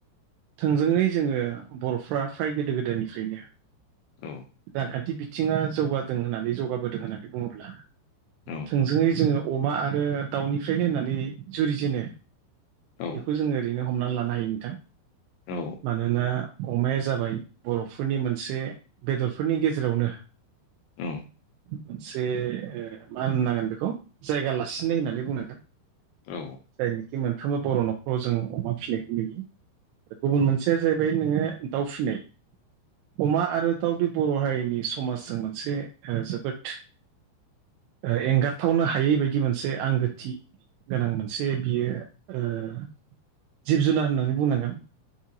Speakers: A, on the right (about 80°); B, on the left (about 80°).
A: थोंजोङै जोङो बर'फ्रा फ्राय गोदो गोदायनिफ्रायनो
B: औ
A: रांखान्थि बिथिङा जौगादों होननानै जौगाबोदों होननानै बुङोब्ला
B: औ
A: थोंजोङै जोङो अमा आरो दाउनिफ्रायनो होननानै जुरिजेनो
B: औ
A: बेखौ जोंङो ओरैनो हमनानै लानो हायो नोंथां।
B: औ
A: मानोना अमाया जाबाय बर'फोरनि मोनसे बेदरफोरनि गेजेरावनो
B: औ
A: मोनसे ओ मा होननो नांगोन बेखौ जायगा लासिननाय होननानै बुंनांगोन।
B: औ
A: जायनिखि मोनफ्रोमबो बर' न'खराव जों अमा फिसिनायखौ नुयो। आरो गुबुन मोनसेया जाहैबाय नोङो दाउ फिनाय अमा आरो दाउ बर' हारिनि समाजजों मोनसे ओ जोबोद ओ एंगारथावनो हायै बायदि मोनसे आंगोथि गोनां मोनसे बियो ओ जिब जुनार होननानै बुंनांगोन